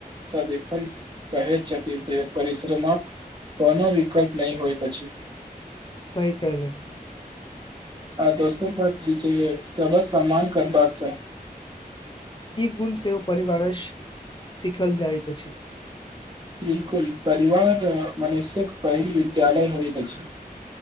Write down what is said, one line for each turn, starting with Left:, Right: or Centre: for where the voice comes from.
Right: सभ एखन कहैत छथिन जे परिश्रमक कोनो विकल्प नहि होइत अछि।
Left: सही कहलनी
Right: आ दोसर <unintelligible> सबहक सम्मान करबाक चाही।
Left: ई गुण सेहो परिवारस सीखल जाइत अछि।
Right: बिलकुल परिवार मनुष्यक पहिल विद्यालय होइत अछि।